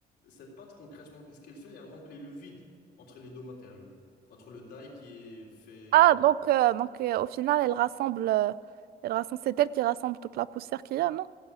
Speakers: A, on the left (about 80°); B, on the right (about 70°).
A: cette pâte, concrètement, qu'est-ce qu'elle fait? Elle remplit le vide entre les deux matériaux. Entre le die qui est fait
B: Ah, donc, euh, donc euh, au final, elle rassemble, euh, elle rassemble, c'est elle qui rassemble toute la poussière qu'il y a, non?